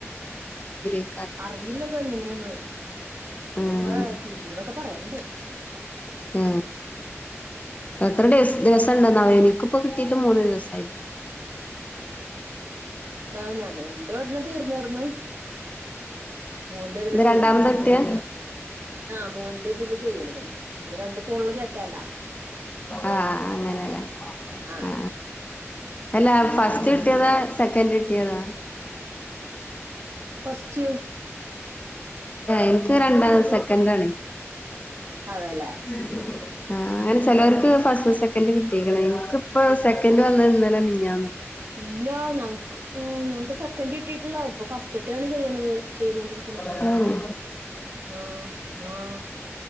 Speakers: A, on the left; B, on the right.
A: <unintelligible>
B: അറിയില്ലത എങ്ങനെയന്ന് ഞങ്ങളി
A: ആഹ്
B: പ്പ തീരൂന്നൊക്കെ പറയണ്ട്
A: ആ എത്ര ദിവ ദിവസംണ്ട എനിക്കിപ്പ കിട്ടിട്ട് മൂന്ന് ദിവസമായി
B: ആഹ ഞാങ്ങ എന്റെ ഒരെണ്ണം തീർന്നരുന്നു മോന്റെ ഇതല്ല
A: ഇത്
B: ചെയ്യണത്
A: രണ്ടാമതാ കിട്ടിയെ
B: ആഹ മോന്റെ ഇതില് ചെയ്യണതുംക്ക് രണ്ടു ഫോണില് കയറ്റാലാ
A: ആഹ അങ്ങനെല്ലേ
B: ആഹ്
A: ആ അല്ല
B: അപ്പൊ
A: ഫസ്റ്റ്
B: എന്റെ
A: കിട്ടിയതാ സെക്കൻഡ് കിട്ടിയതാ
B: ഫസ്റ്റ്
A: എനിക്ക് രണ്ട സെക്കൻഡ ആണ്.
B: അതെല്ലേ
A: <inaudible> ആ അങ്ങനെ ചെലവർക്ക് ഫസ്റ്റ് സെക്കൻഡ് കിട്ടീക്ക്ണ്. എന്കിപ്പോ സെക്കൻഡ് വന്ന ഇന്നല മിഞ്ഞാന്ന
B: ഇല്ല ഞങ്ങക്ക് ഞങ്ങക്ക് സെക്കൻഡ കിട്ടിട്ടുള്ള ഇപ്പൊ ഫസ്റ്റത്തെയാണ് ചെയ്യണത് ചെയ്തൊണ്ടിരിക്കണത്
A: അങ്ങനെ
B: ആഹ ആഹ